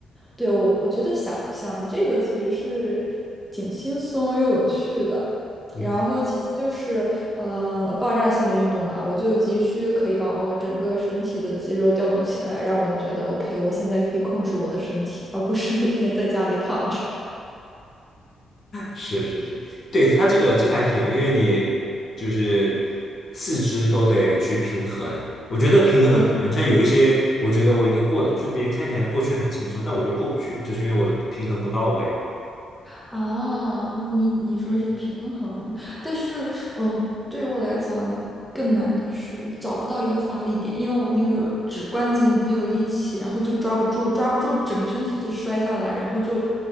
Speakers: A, in the centre; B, on the left.
A: 对，我我觉得想想这个其实是挺轻松又有趣的。
B: 嗯。
A: 然后其次就是呃爆炸性的运动嘛，我就急需可以把我整个身体的肌肉调动起来，让我觉得 OK，我现在可以控制我的身体，而不是每天在家里躺着。
B: 是是是，对，它这个这个还挺有因为你就是四肢都得去平衡。我觉得平衡很重要，
A: 对
B: 像有一些我觉得我应该过的，就别人看起来过去很轻松，但我就过不去，就是因为我的平衡不到位。
A: 啊，你你说是平衡，
B: 对，
A: 但是嗯，对于我来讲更难的是找不到一个发力点，因为我那个指关节没有力气，然后就抓不住，抓不住，整个身体就摔下来，然后就